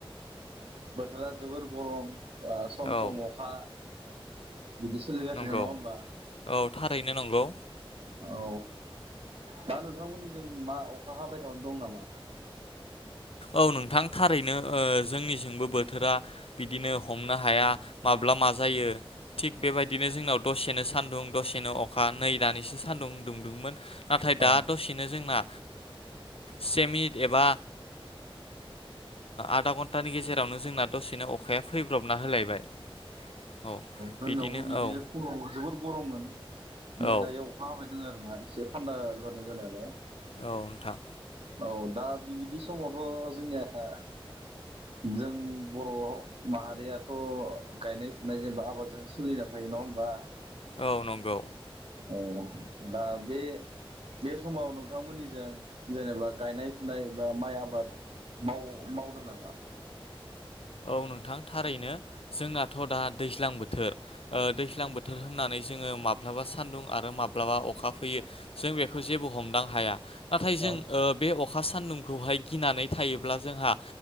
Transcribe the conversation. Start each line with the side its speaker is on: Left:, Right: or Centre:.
Right: बोथोरा जोबोर गरम सम
Left: औ
Right: सम अखा बिदि सोलिगासिनो
Left: नंगौ
Right: नङा होमबा
Left: औ थारैनो नंगौ
Right: औ दा नोंथांमोननि जों मा अखा हाबाय थ दं नामा
Left: औ नोंथां थारैनो जोंनिजोंंबो बोथोरा बिदिनो हमनो हाया माब्ला माब मा जायो थिग बेबायदिनो जोंनाव दसेनो सान्दुं दसेनो अखा नै दनानैसो सान्दुं दुं दुंमोन नाथाय दा
Right: औ
Left: दसेनो जोंना सेमिट एबा आधा घन्टानि गेजेरावनो जोंना दसेनो अखाया फैब्रबना होलायबाय औ
Right: जोंनावबो बिदिनो
Left: औ
Right: फुङाव जोबोर गरममोन ओमफ्राय
Left: औ
Right: दायो अखा हाबाय जादों आरो ना एसे थान्दा जादों जानायालाय
Left: औ नोंथां
Right: औ दा बिबायदि समावथ' जोंनिया जों बर' माहारियाथ' गायनाय फुनाय जेनेबा आबादजोंसो सोलिना थायो नङा होमबा
Left: औ नंगौ
Right: औ दा बे बे समाव नोंथांमोननिजों जेनेबा गायनाय फुनाय बा माइ आबाद माव मावदों नामा
Left: औ नोंथां थारैनो जोंनाथ' दा दैज्लां बोथोर दैज्लां बोथोर होननानै जोङो माब्लाबा सान्दुं आरो माब्लाबा अखा फैयो जों बेखौ जेबो हमदांनो हाया नाथाय जों
Right: औ
Left: बे अखा सान्दुंखौहाय गिनानै थायोब्ला जोंहा